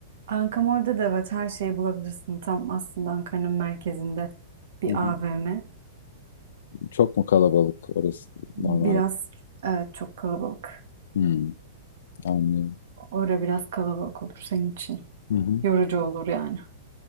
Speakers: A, on the right; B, on the left.
A: Ankamol'de de evet her şeyi bulabilirsin. Tam aslında Ankara'nın merkezinde bir
B: Hı hı.
A: AVM.
B: Çok mu kalabalık orası
A: Biraz
B: normal?
A: evet çok kalabalık.
B: Hmm, anlıyorum.
A: Orada biraz kalabalık olur senin için.
B: Hı hı.
A: Yorucu olur yani.